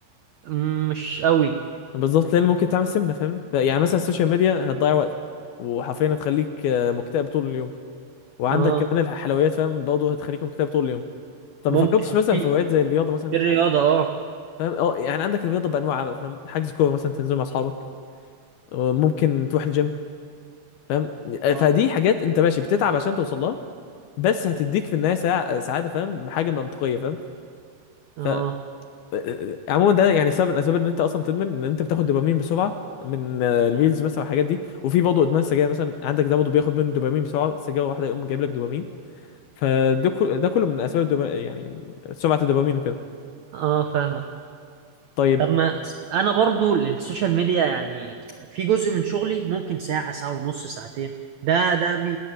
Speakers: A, on the right (about 85°); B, on the left (about 75°).
A: مم، مش قوي
B: بالظبط لان ممكن تعمل سمنه فاهمني ف- يعني مثلا السوشيال ميديا هتضيع وقتك وحرفيا هتخليك آه، مكتئب طول اليوم وعندك
A: اه
B: كمان الحلويات فاهم برضه هتخليك مكتئب طول اليوم طب
A: ممكن
B: ما فكرتش مثلا
A: في
B: في هوايات زي الرياضه مثلا
A: في الرياضة اه
B: فاهم اه يعني عندك الرياضه بانواعها بقى فاهم حجز كوره مثلا تنزل مع اصحابك وممكن تروح الجيم فاهم
A: اه
B: فدي حاجات انت ماشي بتتعب عشان توصل لها بس هتديك في النهايه سع- سعاده فاهم حاجه منطقيه فاهم
A: اه
B: ف آه، آه، عموما ده يعني سبب من الاسباب ان انت اصلا بتدمن ان انت بتاخد دوبامين بسرعه من آه، الريلز مثلا والحاجات دي وفي برضه ادمان السجاير مثلا عندك ده برضه بياخد منه دوبامين بسرعه سجاره واحده يقوم جايب لك دوبامين فده كل- ده كله من اسباب الدوبا... يعني سرعه الدوبامين وكده
A: آه، فاهمك
B: طيب
A: طب ما أس- انا برضو للسوشيال ميديا يعني في جزء من شغلي ممكن ساعة ساعة ونص ساعتين ده ده بي